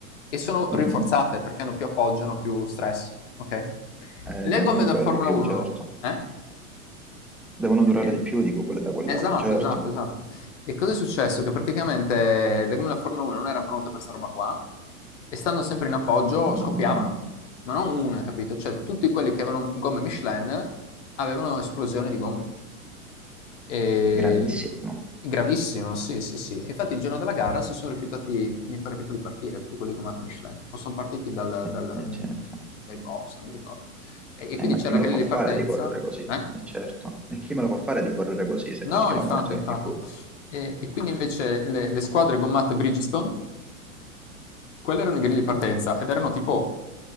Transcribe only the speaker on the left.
E sono
rinforzate perché hanno più appoggio, hanno più stress, ok?
Le
gomme
da Formula
1,
eh?
Quindi-
Esatto,
esatto, esatto. E cosa è successo? Che praticamente le gomme della Formula 1 non erano pronte per sta roba qua e stando sempre in appoggio
scoppiavano, ma non una, capito? Cioè tutti quelli che avevano gomme Michelin avevano esplosioni di gomme. E...
Gravissimo, sì, sì, sì. E infatti il giorno della gara si sono rifiutati, mi pare tipo di partire, tutti quelli gommati Michelin, o sono partiti dal-
dal-
dai box, non mi ricordo. E, e
quindi
c'è
la
griglia
di
partenza.
Eh?
No,
infatti,
infatti.
E, e quindi invece le, le squadre gommate Bridgestone, quelle erano in griglia di partenza ed erano tipo